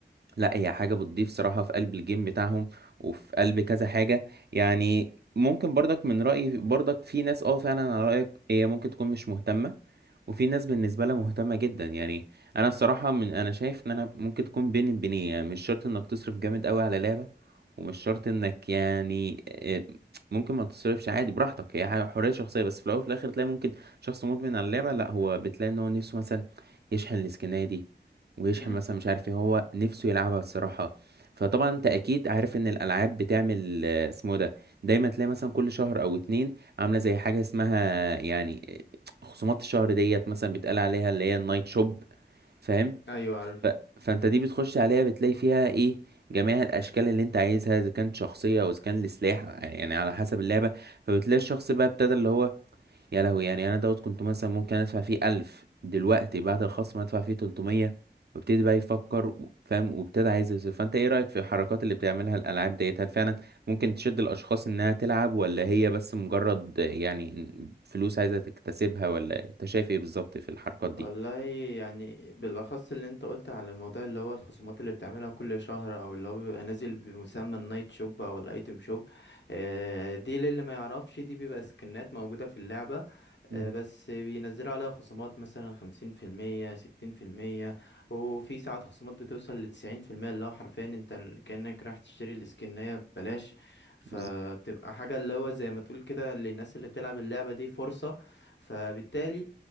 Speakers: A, on the right; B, on the left.
A: لا هي حاجة بتضيف صراحة في قلب الجيم بتاعهم وفي قلب كذا حاجة يعني ممكن برضك من رأيي برضك في ناس اه فعلا على رأيك هي ممكن تكون مش مهتمة وفي ناس بالنسبة لها مهتمة جدا يعني انا الصراحة من انا شايف ان انا ممكن تكون بين بينين يعني مش شرط انك تصرف جامد قوي على لعبة ومش شرط انك يعني آه، ممكن ما تصرفش عادي براحتك هي حاجة- حرية شخصية بس في الاول وفي الاخر تلاقي ممكن شخص مدمن على اللعبة لا هو بتلاقي ان هو نفسه مثلا يشحن السكنة دي ويشحن
B: امم
A: مثلا مش عارف ايه هو نفسه يلعبها الصراحة فطبعا انت اكيد عارف ان الالعاب بتعمل آه، اسمه ده دايما تلاقي مثلا كل شهر او اتنين عاملة زي حاجة اسمها يعني آه، خصومات الشهر ديت مثلا بيتقال عليها اللي هي النايت شوب فاهم
B: ايوه عارف
A: ف... فانت دي بتخش عليها بتلاقي فيها ايه جميع الاشكال اللي انت عايزها اذا كانت شخصيه او اذا كان لسلاح يعني على حسب اللعبه فبتلاقي الشخص بقى ابتدى اللي هو يا لهوي يعني انا دوت كنت مثلا ممكن ادفع فيه ألف دلوقتي بعد الخصم ادفع فيه 300 وابتدي بقى يفكر و- فاهم وابتدي عايز يصرف فانت ايه رأيك في الحركات اللي بتعملها الالعاب ديت هل فعلا ممكن تشد الاشخاص انها تلعب ولا هي بس مجرد يعني فلوس عايزة تكتسبها ولا انت شايف ايه بالظبط في الحركات دي
B: والله يعني بالأخص اللي انت قلت على الموضوع اللي هو الخصومات اللي بتعملها كل شهر أو اللي هو بيبقى نازل بمسمى النايت شوب أو الأيتم شوب آه، دي للي ما يعرفش دي بيبقى سكنات موجودة في اللعبة آه،
A: مم.
B: بس بينزلوا عليها خصومات مثلا خمسين في المية ستين في المية وفي ساعات خصومات بتوصل لتسعين في المية اللي هو حرفيا انت ال- كأنك رايح تشتري السكنية ببلاش فبتبقى
A: بالظبط
B: حاجة اللي هو زي ما تقول كده للناس اللي بتلعب اللعبة دي فرصة فبالتالي